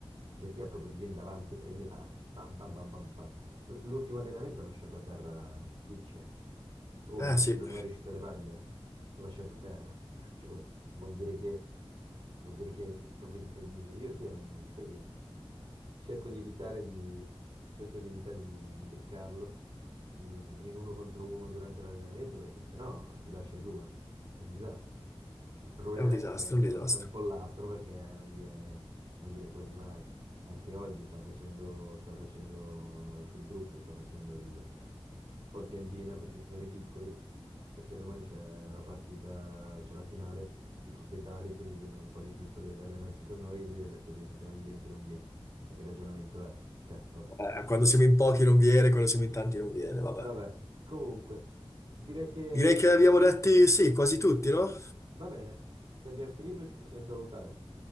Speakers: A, on the right; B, on the left.
A: Cioè Tia proprio ti viene davanti e prende parte, bam bam bam bam parte. L- L'ultimo allenamento ha lasciato a terra Peach, eh. Cioè, oh,
B: Eh
A: non,
B: sì,
A: non è riuscito a levargliela, l'ha lasciato a terra. Cioè, vuol vuol dire che, vuol dire che è proprio incredibile. Io, ti eh, non, sai che cerco di evitare di, cerco di, evitare di, di beccarlo mm, in uno contro uno durante l'allenamento perché sennò ti lascia giù, eh. È un disastro. Il problema
B: è un disastro,
A: è che è
B: è un
A: un
B: disastro.
A: è un pollastro perché non viene, non viene quasi mai. Anche oggi sta facendo, sta facendo sul gruppo, sta facendo il, un po' il piangina perché ci sono i piccoli perché domani c'è la partita, c'è la finale di Coppa Italia, e quindi vengono un po' di piccoli ad allenarsi con noi. Lui ha detto che se siamo in 20 non viene. Ma che ragionamento è? Cioè, vabbè.
B: Eh, quando siamo in pochi non viene, quando siamo in tanti non viene, vabbè.
A: Vabbè, comunque, direi che
B: Direi che abbiamo
A: fini-
B: detti sì, quasi tutti, no?
A: va bene. Se abbiamo finito ci possiamo salutare.